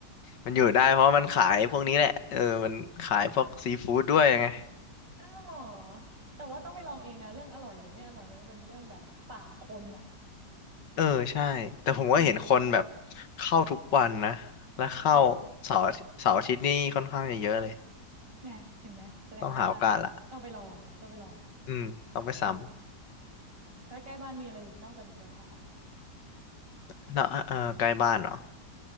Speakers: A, on the left (about 75°); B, on the right (about 75°).
A: มันอยู่ได้เพราะว่ามันขายพวกนี้แหละเออมันขายพวกซีฟู้ดด้วยไง
B: อ้าวเหรอแต่ว่าต้องไปลองเองนะเรื่องอร่อยหรือไม่อร่อยเนี่ยมันเป็นเรื่องแบบปากคนน่ะ
A: เออใช่แต่ผมก็เห็นคนแบบ
B: อืม
A: เข้าทุกวันนะแล้วเข้า
B: อืม
A: เสาร์อาทิตย์เสาร์อาทิตย์นี่ค่อนข้างจะเยอะเลย
B: นะเห็นไหมแสดงว่า
A: ต้องหาโอกาสละ
B: ต้องไปลองต้องไปลอง
A: อืมต้องไปซ้
B: เออแล้วใกล้บ้านมีอะไรอีกนอกจากหมูกระทะ
A: ำแล้วเออใกล้บ้านเหรอ